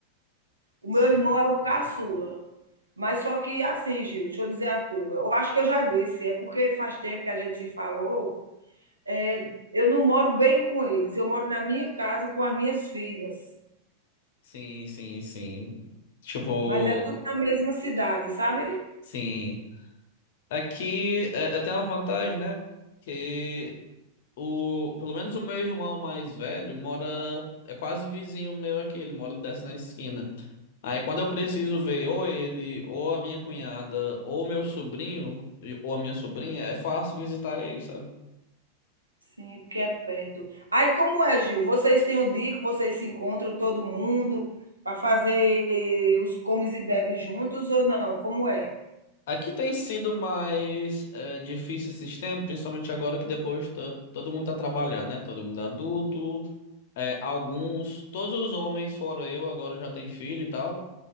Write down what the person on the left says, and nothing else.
Cinco
irmãos.
Sim, sim, sim. Tipo,
sim. Aqui é, eu tenho uma vantagem, né? Que O, pelo menos o meu irmão mais velho mora, é quase vizinho meu aqui, ele mora desce na esquina. Aí quando eu preciso ver ou ele, ou a minha cunhada, ou meu sobrinho, e- ou a minha sobrinha, é fácil visitar ele, sabe?
Aqui tem sido mais é, difícil esses tempos, principalmente agora que depois tá- todo mundo tá trabalhando, né? Todo mundo é adulto, é, alguns, todos os homens, fora eu, agora já tem filho e tal,